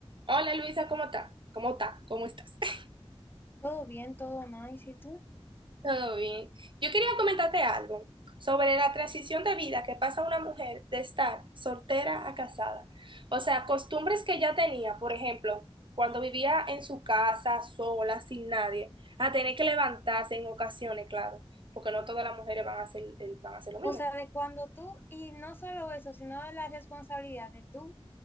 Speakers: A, on the right; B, on the left.
A: Hola Luisa, ¿cómo está? ¿Cómo está? ¿Cómo estás? <laughs>
B: Todo bien, todo nice, ¿y si tú?
A: Todo bien. Yo quería comentarte algo sobre la transición de vida que pasa una mujer de estar soltera a casada. O sea, costumbres que ya tenía, por ejemplo, cuando vivía en su casa sola, sin nadie, a tener que levantarse en ocasiones, claro, porque no todas las mujeres van a hacer, eh, van a hacer lo mismo.
B: O sea, de cuando tú, y no solo eso, sino la responsabilidad de tú